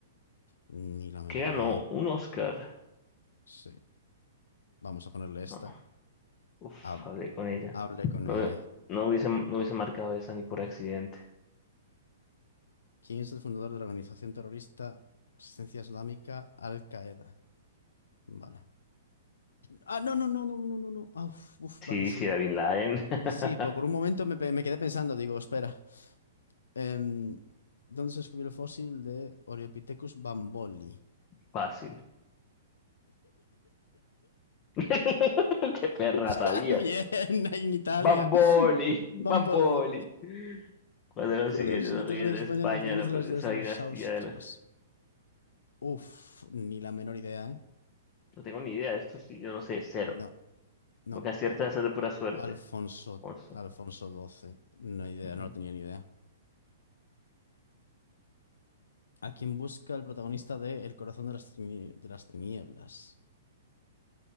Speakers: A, on the left; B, on the left.
A: ni la menor
B: ¿Qué ganó?
A: idea.
B: ¿Un Oscar?
A: Sí. Vamos a ponerle esta.
B: No, uf,
A: Hab-
B: hablé con ella.
A: hable con
B: No,
A: ella.
B: no hubiese, no hubiese marcado esa ni por accidente.
A: ¿Quién es el fundador de la organización terrorista Asistencia Islámica Al-Qaeda? Vale. Ah, no, no, no, no, no, no, no. Ah, uf, uf,
B: Sí,
A: vale, sí.
B: si era Bin Laden, <laughs>
A: Sí, sí, por, por un momento me, pe- me quedé pensando, digo, espera. Em, ¿dónde se descubrió el fósil de Oreopithecus bamboli?
B: fácil. <laughs> Qué perra,
A: <laughs>
B: sabía.
A: Bien, en Italia.
B: Bamboli, Bamboli.
A: Bamboli.
B: ¿Cuál <laughs> de los
A: ¿Cuál
B: siguientes
A: de los siete
B: reyes
A: reyes de
B: de
A: España
B: España
A: no pertenece
B: no
A: a
B: pertenece
A: las ideas de
B: a la dinastía
A: los Austrias?
B: de la...
A: Uf, ni la menor idea, ¿eh?
B: No tengo ni idea de esto, si yo no sé, cero.
A: No, no.
B: Lo que acierta es de pura suerte.
A: Alfonso,
B: Alfonso.
A: Alfonso XII. No idea,
B: Mm,
A: no
B: mm.
A: lo tenía ni idea. ¿A quién busca el protagonista de El corazón de las, tini- de las tinieblas?